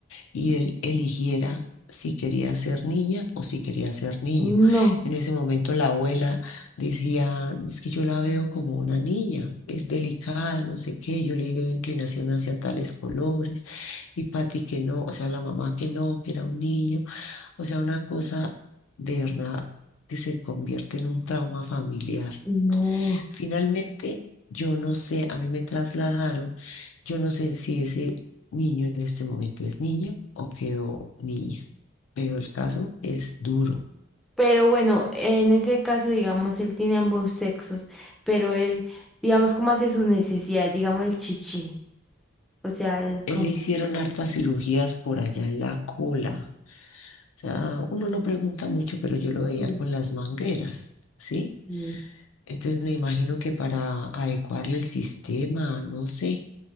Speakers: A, on the left; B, in the centre.
A: y él eligiera si quería ser niña o si quería ser niño.
B: no,
A: En ese momento la abuela decía, es que yo la veo como una niña, es delicada, no sé qué, yo le veo inclinación hacia tales colores, y Pati que no, o sea, la mamá que no, que era un niño, o sea, una cosa de verdad que se convierte en un trauma familiar.
B: no.
A: Finalmente, yo no sé, a mí me trasladaron, yo no sé si ese niño en este momento es niño o quedó niña, pero el caso es duro.
B: Pero bueno, en ese caso, digamos, él tiene ambos sexos, pero él, digamos, cómo hace sus necesidades, digamos, el chichi. O sea, él
A: Él
B: como...
A: le hicieron hartas cirugías por allá en la cola. O sea, uno no pregunta mucho, pero yo lo veía
B: que-
A: con las mangueras, ¿sí?
B: que,
A: Entonces me imagino que para adecuarle el sistema, no sé,